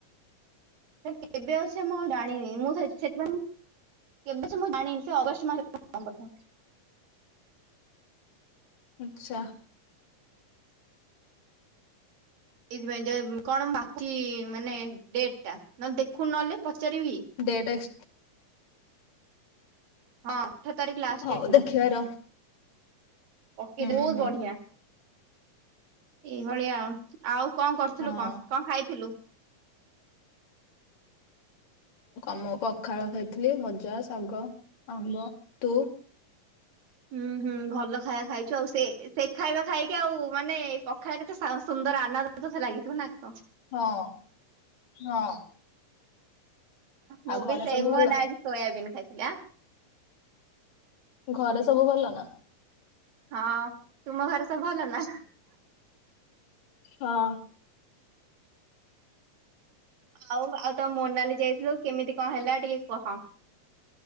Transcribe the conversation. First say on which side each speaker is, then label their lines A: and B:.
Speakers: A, on the right; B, on the left.
A: କେବେ ଅଛି ମୁଁ ଆଉ ଜାଣିନି ମୁଁ ସେଥିପାଇଁ କେବେ ଅଛି ମୁଁ ଜାଣିନି ସେ ଅଗଷ୍ଟ ମାସ
B: ଆଛା।
A: ଏଇଥିପାଇଁ ଯେ କଣ ବାକି ମାନେ ଡେଟ ଟା ନଲେ ଦେଖୁ ନଅଲେ ପଚାରିବି କି?
B: ଡେଟ୍
A: ହଁ ଅଠର ତାରିଖ ଲାଷ୍ଟ
B: ହଉ
A: ଡେଟ୍ ଥିଲା
B: ଦେଖିବାର
A: ପକେଇ
B: ହୁଁ
A: ଦେ ବୋହୁତ
B: ହୁଁ
A: ବଢିଆ। ଏଇଭଳିଆ ଆଉ କଣ କରୁଥିଲୁ
B: ହଁ
A: କ କଣ ଖାଇଥିଲୁ?
B: ମୁଁ ପଖାଳ ଖାଇଥିଲି ଭଜା ଶାଗ ଆମ୍ବ ତୁ?
A: ହୁଁ ହୁଁ ଭଲ ଖାଇବା ଖାଇଚୁ ଆଉ ସେ ସେ ଖାଇବା ଖାଇକି ଆଉ ମାନେ ପଖାଳ କେତେ ସା ସୁନ୍ଦର ଆନ ସ ଲାଗିଥିବନା କଣ?
B: ହଁ ହଁ।
A: ମୁଁ
B: ଆଉ ଘରେ
A: ବି ସେଇମ
B: ସବୁ ଭଲ
A: ଆଜି ସୋୟାବିନ୍ ଖାଇଥିଲି ଆ।
B: ଘରେ ସବୁ ଭଲ ତ?
A: ହଁ ତୁମ ଘରେ ସବୁ ଭଲ ନା?
B: ହଁ।
A: ଆଉ ଆଉ ତ ମୋନାଲି ଯାଇଥିଲ କେମିତି କଣ ହେଲା ଟିକେ କହ?